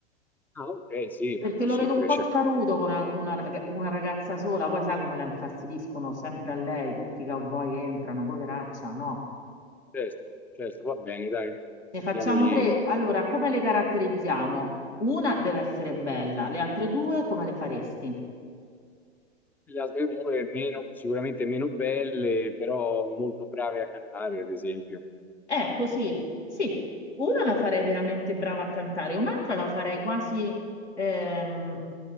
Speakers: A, in the centre; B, on the left (about 90°).
A: Ah, ok, sì,
B: Perché
A: è possibile,
B: lo vedo un po'
A: certo,
B: sparuto con una, una raga- una ragazza sola, poi sai come la infastidiscono sempre a lei, tutti i cowboy entrano, poveraccia, no.
A: certo, certo, va bene, dai,
B: Ne facciamo
A: diamogli
B: tre. Allora, come le caratterizziamo? Una deve essere bella, le altre due come le faresti?
A: Le altre due meno, sicuramente meno belle, però molto brave a cantare, ad esempio.
B: Ecco, sì, sì, una la farei veramente brava a cantare, un'altra la farei quasi, ehm,